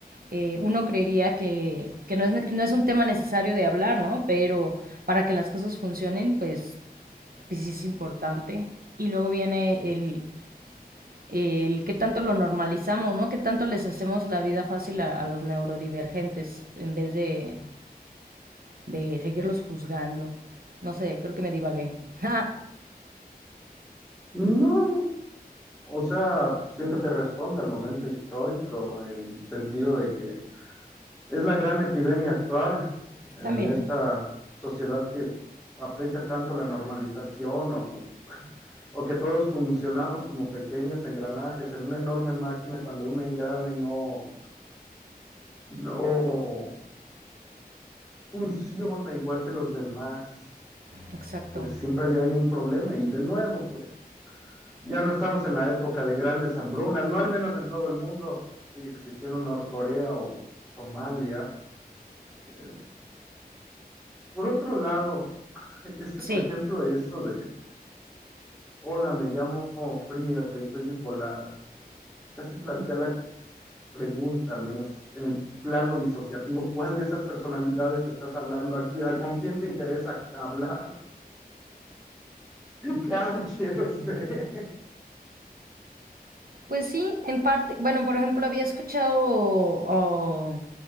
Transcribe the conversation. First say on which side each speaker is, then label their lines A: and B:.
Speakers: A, on the right; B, in the centre.
A: eh, uno creería que, que no, es, no, es, un tema necesario de hablar, ¿no? Pero para que las cosas funcionen, pues, pues sí es importante. Y luego viene el, el qué tanto lo normalizamos, ¿no? Qué tanto les hacemos la vida fácil a, a los neurodivergentes en vez de de seguirlos juzgando. No sé, creo que me divagué. <laughs>
B: No, o sea, siento que responde al momento histórico en sentido de que es la gran epidemia actual en
A: También,
B: esta sociedad que aprecia tanto la normalización o, o que todos funcionamos como pequeños engranajes en una enorme máquina cuando un engrane no, no funciona igual que los demás,
A: exacto.
B: pues siempre hay, hay un problema. Y de nuevo, pues ya no estamos en la época de grandes hambrunas, no al menos en todo el mundo. Sigue existiendo Norcorea o Somalia. Pero, por otro lado, es que,
A: Sí.
B: por ejemplo, eso de, hola, me llamo Frida y soy bipolar, casi plantea la pregunta, al menos en el plano disociativo, ¿cuál de esas personalidades estás hablando? ¿A- a- ¿Con quién te interesa hablar? <laughs> ¿Qué cara quieres ver?
A: Pues sí, en parte, bueno, por ejemplo, había escuchado, o,